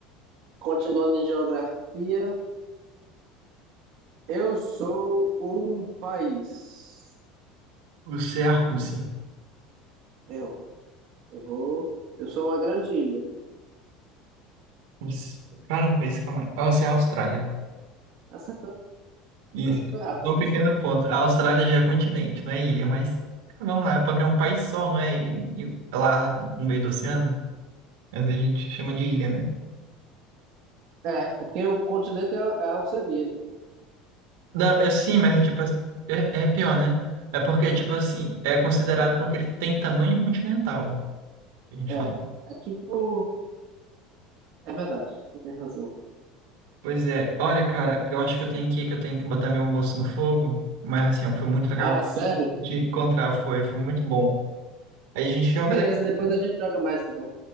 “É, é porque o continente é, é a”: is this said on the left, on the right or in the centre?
Right